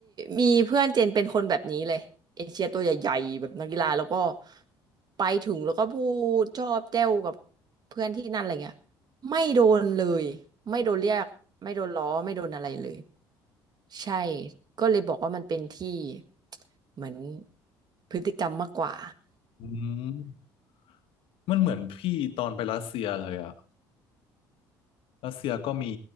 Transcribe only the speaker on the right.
มีเพื่อนเจนเป็นคนแบบนี้เลยเอเชียตัวใหญ่ๆแบบนักกีฬาแล้วก็ไปถึงแล้วก็พูดชอบแจ้วกับเพื่อนที่นั่นอะไรเงี้ยไม่โดนเลยไม่โดนเรียกไม่โดนล้อไม่โดนอะไรเลยใช่ก็เลยบอกว่ามันเป็นที่ <tsk> เหมือนพฤติกรรมมากกว่า